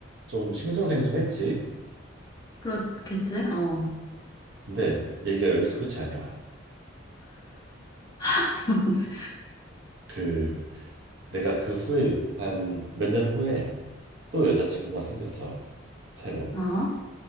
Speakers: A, on the right; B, on the left.
A: 좀 싱숭생숭했지.
B: 그렇겠지? 어,
A: 근데 얘기가 여기서 끝이 아니야.
B: <laughs>
A: 그 내가 그 후에 한 몇 년 후에 또 여자친구가 생겼어 새로.
B: 어?